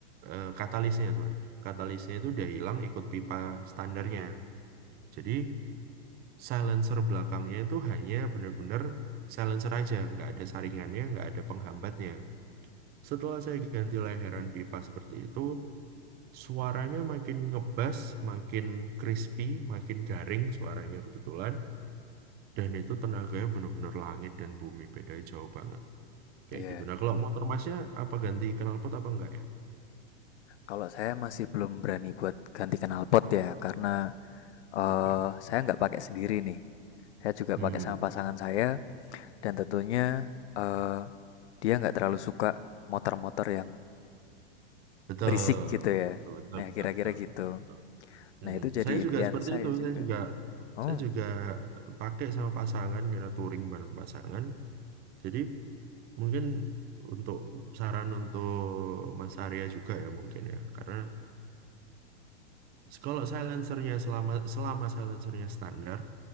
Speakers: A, on the right; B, on the left.
A: eh, katalisnya sorry. Katalisnya itu udah hilang ikut pipa standarnya. Jadi silencer belakangnya itu hanya benar-benar silencer aja, nggak ada saringannya, nggak ada penghambatnya. Setelah saya ganti layaran pipa seperti itu, suaranya makin ngebas, makin crispy, makin garing suaranya kebetulan, dan itu tenaganya benar-benar langit dan bumi, bedanya jauh banget. Kayak
B: ya. Yeah.
A: gitu. Nah, kalau motor masnya apa ganti knalpot apa enggak ya?
B: Kalau saya masih belum berani buat ganti knalpot ya, karena eh
A: Oke.
B: saya nggak pakai sendiri nih. Saya juga
A: Hmm,
B: pakai sama pasangan saya, dan tentunya eh dia nggak terlalu suka motor-motor yang
A: betul.
B: berisik gitu ya.
A: Betul, betul,
B: Nah, kira-kira
A: betul,
B: gitu.
A: betul, betul. Mm-mm.
B: Nah, itu jadi
A: Saya
B: impian
A: juga seperti
B: saya
A: itu.
B: juga.
A: Saya juga
B: Oh,
A: saya juga pakai sama pasangan karena touring bareng pasangan. Jadi mungkin untuk saran untuk Mas Arya juga ya mungkin ya. Karena kalau silencernya selama selama silencernya standar,